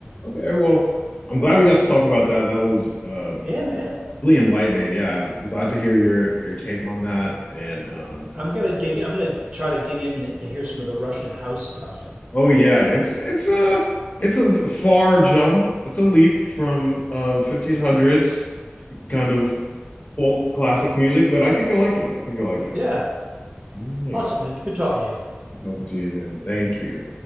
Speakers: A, on the left (about 40°); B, on the right (about 35°).
A: Okay, well, I'm glad we got to talk about that. That was uh
B: Yeah, man.
A: really enlightening. Yeah, I'm glad to hear your your take on that. And um
B: I'm gonna dig. I'm gonna try to dig in and hear some of the Russian house stuff.
A: Oh yeah, it's it's a it's a far jump. It's a leap from uh 1500s kind of folk classic music, but I think you'll like it. I think you'll like it.
B: Yeah,
A: Yeah,
B: awesome, man. Good talking to you.
A: talking to you, man. Thank you.